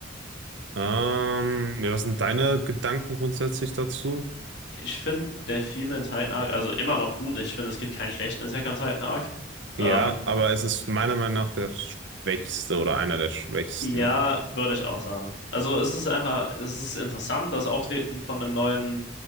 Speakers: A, on the right (about 75°); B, on the left (about 65°).
A: Ähm, ja, was sind deine Gedanken grundsätzlich dazu?
B: Ich finde der Female Titan Arc, also immer noch gut. Ich finde, es gibt keinen schlechten Attack on Titan Arc. Ähm,
A: Ja, aber es ist meiner Meinung nach der schwächste oder einer der schwächsten.
B: Ja, würde ich auch sagen. Also es ist einfach, es ist interessant, das Auftreten von einem neuen